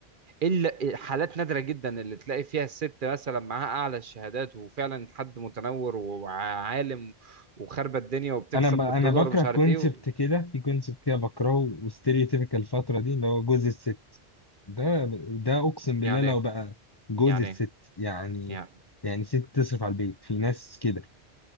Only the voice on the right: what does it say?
الا حالات نادره جدا اللي تلاقي فيها الست مثلا معاها اعلى الشهادات وفعلا حد متنور وعالم وخاربه الدنيا وبتكسب
بالدولار
ومش
عارف ايه
يعني
ايه
يعني
ايه
يعني